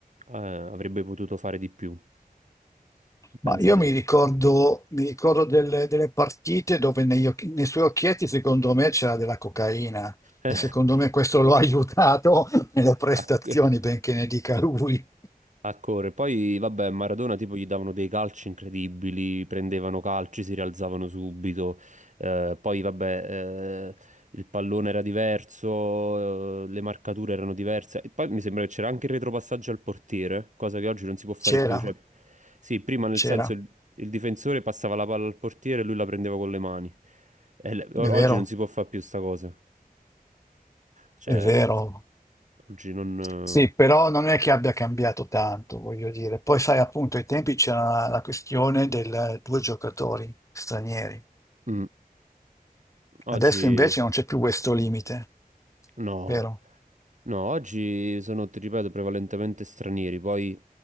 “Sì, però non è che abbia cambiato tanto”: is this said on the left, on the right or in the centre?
Left